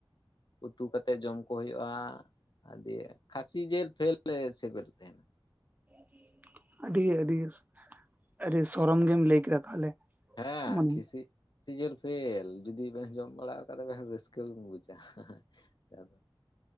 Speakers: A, on the left; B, on the right.
A: ᱩᱛᱩ ᱠᱟᱛᱮᱜ ᱡᱚᱢ ᱠᱚ ᱦᱩᱭᱩᱜᱼᱟ᱾ ᱟᱰᱤ ᱠᱷᱟᱹᱥᱤ ᱡᱮᱞ ᱯᱷᱮᱞ ᱥᱮᱵᱮᱞ ᱛᱟᱦᱮᱱᱟ᱾
B: <unintelligible> ᱟᱹᱰᱤ ᱟᱹᱰᱤ ᱟᱹᱰᱤ ᱥᱚᱨᱚᱢ ᱜᱮᱢ ᱞᱟᱹᱭ ᱠᱮᱫᱟ ᱛᱟᱦᱚᱞᱮ᱾
A: ᱦᱮᱸ
B: ᱢᱟᱱᱮ
A: ᱠᱷᱤᱥᱤᱜ ᱥᱤ ᱡᱮᱞ ᱯᱷᱮᱞ ᱡᱩᱫᱤ ᱵᱮᱱ ᱡᱚᱢ ᱵᱟᱲᱟ ᱟᱠᱟᱟᱱ ᱛ ᱨᱟᱹᱥᱠᱟᱹ ᱜᱮᱢ ᱵᱩᱡᱟ᱾ ᱪᱮᱠ ᱠᱟ ᱟᱫᱚ